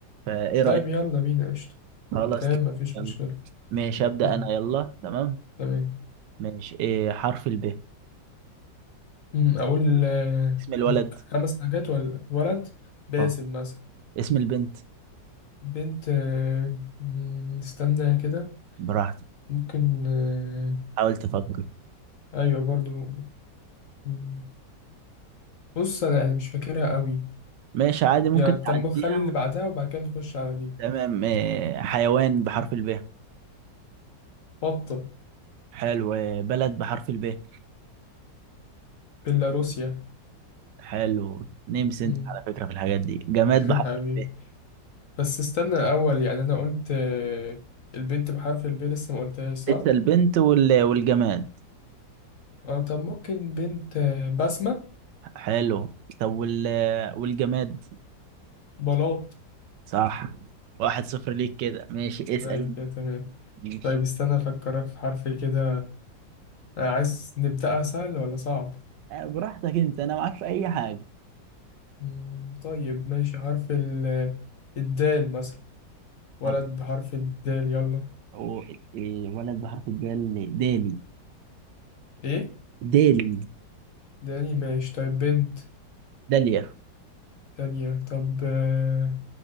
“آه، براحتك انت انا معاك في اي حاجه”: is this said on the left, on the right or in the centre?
Right